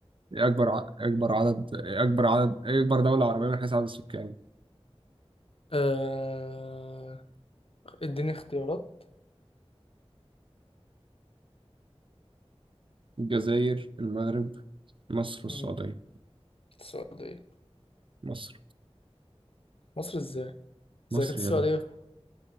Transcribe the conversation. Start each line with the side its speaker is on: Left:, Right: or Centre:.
Right: إيه أكبر ع... أكبر عدد إيه أكبر عدد إيه أكبر دولة عربية من حيث عدد السكان
Left: آه... اديني اختيارات
Right: الجزائر المغرب مصر والسعودية
Left: مم. السعودية
Right: مصر
Left: مصر ازاي زي
Right: مصر
Left: كانت السعودية
Right: يا ابني